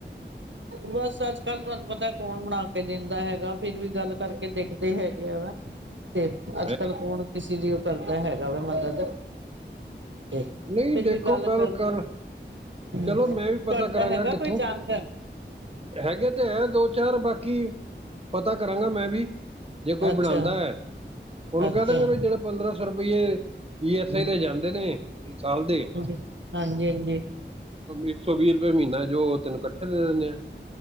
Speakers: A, on the right (about 80°); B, on the right (about 30°).
A: ਬਸ ਅੱਜ ਕੱਲ ਤੁਹਾਨੂੰ ਪਤਾ ਕੌਣ ਬਣਾ ਕੇ ਦੇਣ ਦੇਂਦਾ ਹੈਗਾ ਫਿਰ ਵੀ ਗੱਲ ਕਰਕੇ ਦੇਖਦੇ ਹੈਗੇ ਆ ਵਾ ਤੇ
B: ਕੰਮ
A: ਅੱਜ
B: ਹੈ।
A: ਕੱਲ ਕੌਣ ਕਿਸੇ ਦੀ ਉਹ ਕਰਦਾ ਹੈਗਾ ਵਾ ਮਦਦ ਤੇ
B: ਨਹੀਂ
A: ਫਿਰ
B: ਦੇਖੋ
A: ਵੀ ਗੱਲ ਕਰਦੇ
B: ਕਰ
A: ਤੁਹਾਡਾ
B: ਚਲੋ ਮੈਂ ਵੀ ਪਤਾ ਕਰਾਂਗਾ
A: ਹੈਗਾ
B: ਕਿੱਥੋਂ
A: ਕੋਈ ਜਾਣਕਾਰ
B: ਹੈਗੇ ਤੇ ਹੈ ਦੋ ਚਾਰ ਬਾਕੀ ਪਤਾ ਕਰਾਂਗਾ ਮੈਂ ਵੀ ਜੇ ਕੋਈ
A: ਅੱਛਾ,
B: ਬਣਾਉਂਦਾ ਹੈ ਉਹਨੂੰ
A: ਅੱਛਾ,
B: ਕਹਿ ਦਾਂਗੇ ਵੀ ਜਿਹੜੇ ਪੰਦਰਾਂ ਸੌ ਰੁਪਈਏ ਈ ਐਸ
A: ਹਾਂਜੀ,
B: ਆਈ ਤੇ ਜਾਂਦੇ ਨੇ ਸਾਲ ਦੇ
A: ਹਾਂਜੀ, ਹਾਂਜੀ।
B: ਇੱਕ ਸੌ ਵੀਹ ਰੁਪਏ ਮਹੀਨਾ ਜੋ ਤਿਨ ਇਕੱਠੇ ਦੇ ਦਿੰਦੇ ਆ